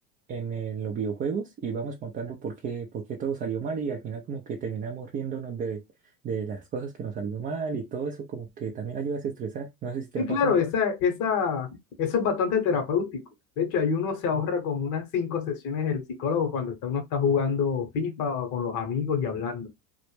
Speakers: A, on the right (about 25°); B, on the left (about 45°).
A: en, eh, los videojuegos y vamos contando por qué, por qué todo salió mal y al final como que terminamos riéndonos de, de las cosas que nos salió mal y todo eso como que también ayuda a estresar No sé si te
B: Sí,
A: ha
B: claro,
A: pasado.
B: esa, esa, eso es bastante terapéutico. De hecho, ahí uno se ahorra como unas cinco sesiones del psicólogo cuando está, uno está jugando FIFA o con los amigos y hablando.